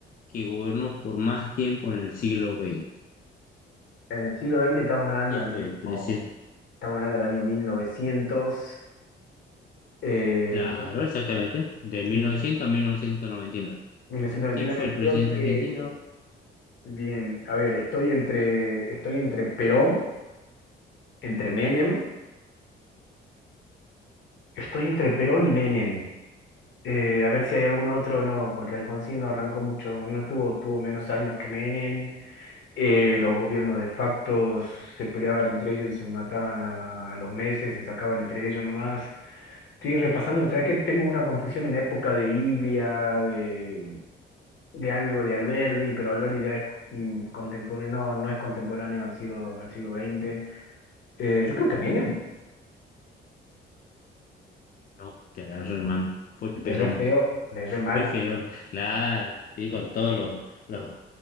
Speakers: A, on the left; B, on the left.
A: que gobernó por más tiempo en el siglo XX?
B: En el siglo XX estamos hablando
A: ¿Quién
B: del
A: fue
B: año,
A: el
B: estamos
A: presidente?
B: hablando del año 1900, eh,
A: Claro, exactamente, de 1900
B: sí,
A: a 1999.
B: 1929,
A: ¿Quién fue el
B: creo
A: presidente
B: que,
A: argentino?
B: bien, a ver, estoy entre, estoy entre Perón, entre Menem, estoy entre Perón y Menem. Eh, a ver si hay algún otro, no, porque Alfonsín no arrancó mucho, no tuvo, tuvo menos años que Menem, eh, los gobiernos de facto se peleaban entre ellos y se mataban a, a los meses, se sacaban entre ellos nomás. Estoy repasando, ¿sabes qué? Tengo una confusión en época de Ilia, de, de algo de Alberdi, pero Alberdi ya es mm, contemporáneo, no, no es contemporáneo al siglo, al siglo XX. Eh, yo creo que Menem,
A: No, te agarré, hermano. Fue Perón.
B: le re feo, le re mal.
A: Fue Perón, claro. Y con todos los, los,